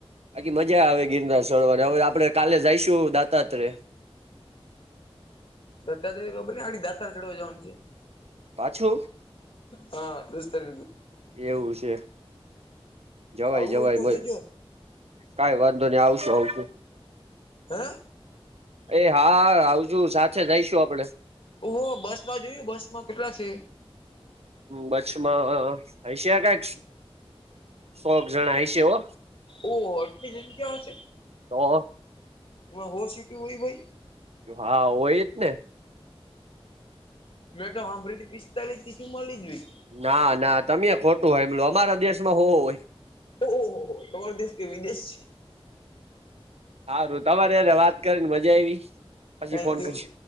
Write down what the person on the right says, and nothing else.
બાકી મજા આવે ગિરનાર સોડવાને હવે આપડણે કાલે જઈશું દાતાત્રે
પાછું
એવું છે જવાય
જવાય
મ
કઈ વાંધો નહી આવશું આવશું
એ હા આવજુ સાથે જઈશું આપડે
બચ્છમાં હૈશે કક સોગ જણા હૈશે હો
તો
હા હોય જ ને
ના ના તમે ખોટું હોય એમલ અમારા દેશમાં હોવ હોય.
હારું તમારે યને વાત કરીને મજા આવી પછી
ફોન
કરીશ.